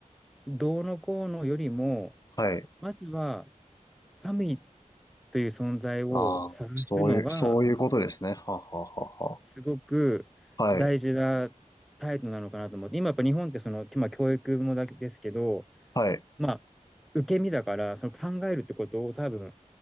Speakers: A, in the centre; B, on the left.
A: どうのこうのよりも、
B: はい。
A: まずは神という存在を探すのが、
B: ああ、そういう、そういうことですね。はあはあは
A: すごく大事な態度なのかなと思って、
B: あはあ。はい。
A: 今やっぱ日本ってその、今教育もだけですけど、
B: はい。
A: まあ、受け身だから、その考えるってことを多分